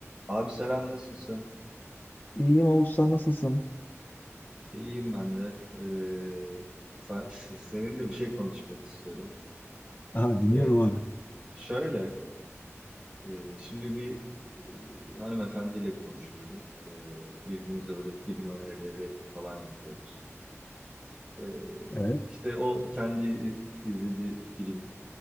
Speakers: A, on the right; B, on the left.
A: Abi selam nasılsın?
B: İyiyim Oğuz sen nasılsın?
A: İyiyim ben de. Ee, sen- <laughs> seninle bir şey konuşmak istiyorum.
B: Aha, dinliyorum
A: Ee,
B: abi.
A: şöyle, e, şimdi bir e, hanımefendiyle konuşuyorum. Ee, birbirimize böyle film önerileri falan yapıyoruz. Ee,
B: Evet.
A: işte o kendi izlediği film